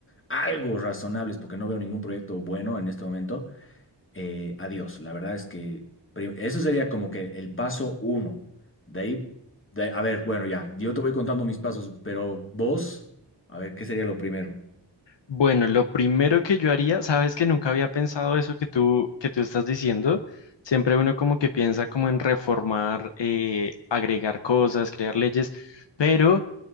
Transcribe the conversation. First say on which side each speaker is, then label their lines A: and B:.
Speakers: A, on the left; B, on the left.
A: algo razonables, porque no veo ningún proyecto bueno en este momento. eh, adiós. La verdad es que prim- eso sería como que el paso uno. De ahí, de- a ver, bueno, ya, yo te voy contando mis pasos, pero vos, a ver, ¿qué sería lo primero?
B: Bueno, lo primero que yo haría, sabes que nunca había pensado eso que tú, que tú estás diciendo. Siempre uno como que piensa como en reformar, eh, agregar cosas, crear leyes, pero